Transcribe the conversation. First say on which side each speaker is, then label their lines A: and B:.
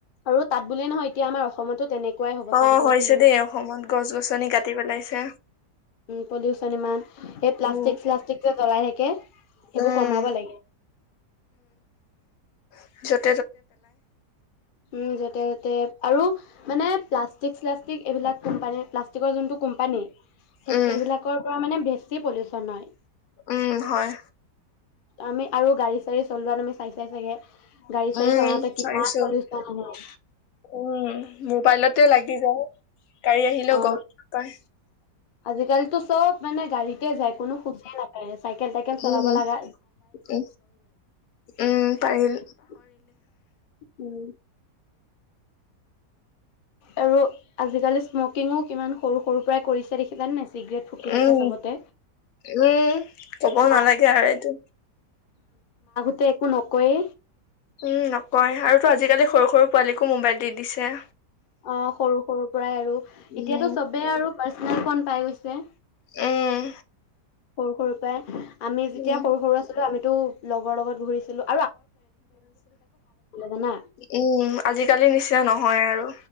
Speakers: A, on the left; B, on the left.
A: আৰু তাত বুলিয়ে নহয়, এতিয়া আমাৰ অসমতো তেনেকুৱাই হ'ব চাই
B: অ'
A: থাকিবাচোন
B: হৈছে
A: তুমি।
B: দেই অসমত গছ-গছনি কাটি পেলাইছে।
A: পলিউশ্যন ইমান। এই প্লাষ্টিক,
B: উম
A: স্লাষ্টিক বিলাক জ্বলাই থাকে। সেইবোৰ
B: উম
A: কমাব লাগে।
B: পিছত
A: উম, যতে, ততে আৰু মানে প্লাষ্ট প্লাষ্টিক, স্লাষ্টিক এইবিলাক কোম্পানী প্লাষ্টিকৰ যোনটো কোম্পানী, সেইবিলাকৰ
B: উম
A: পৰা মানে বে বেছি পলিউশ্যন হয়।
B: উম, হয়।
A: আমি আৰু গাড়ী চাৰী চলোৱা আমি চাইছা চাগে! গাড়ী চাড়ী
B: উম,
A: চলাওঁতে কিমান
B: চাইছো।
A: পলিউচন হয়
B: উম, মোবাইলতে লাগি যায়। গাড়ী আহিলেও
A: অ
B: গম নাপাই।
A: আজিকালিতো চব মানে গাড়ীতে যায়। কোনো খোজেই নাকাৰে। চাইকেল তাইকেল চলাব
B: উম
A: লাগা
B: উম উম পাৰিল
A: <unintelligible> পাহৰিলে। উম! আৰু আজিকালি স্মকিঙো কিমান সৰু সৰু পৰাই কৰিছে, দেখিলা নাই চিগৰেট ফুকি থাকে
B: উম,
A: চবতে
B: উম, ক'ব
A: মা
B: নালাগে আৰু এইটো।
A: তেওঁ একো নকয়েই।
B: উম নকয় আৰু টো আজিকালি সৰু সৰু পোৱালীকো মোবাইল দি দিছে।
A: অ' সৰু সৰু পৰাই আৰু
B: উম
A: এতিয়াতো চবেই আৰু পাৰ্চনেল ফোন পাই গৈছে।
B: উম!
A: সৰু সৰু পৰাই আমি যেতিয়া
B: উম
A: সৰু সৰু আছিলোঁ। আমি তো লগৰ লগত ঘূৰিছিলোঁ। জানা
B: উম, আজিকালি নিচিনা নহয় আৰু।